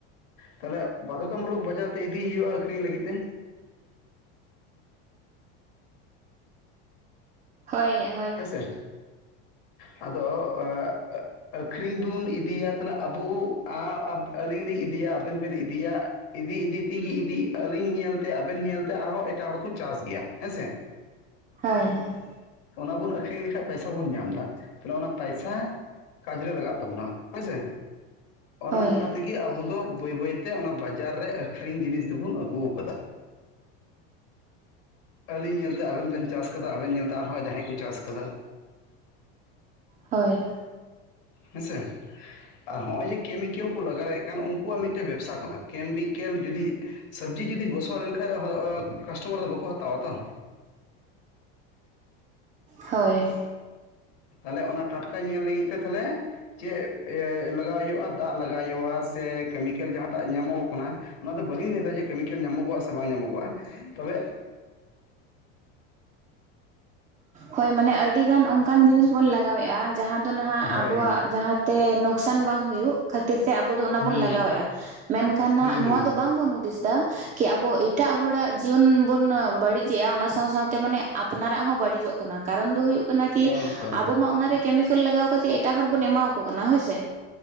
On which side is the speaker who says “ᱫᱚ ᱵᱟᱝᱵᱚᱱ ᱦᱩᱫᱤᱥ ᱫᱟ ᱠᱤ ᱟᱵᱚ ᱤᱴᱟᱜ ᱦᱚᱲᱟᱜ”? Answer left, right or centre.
Right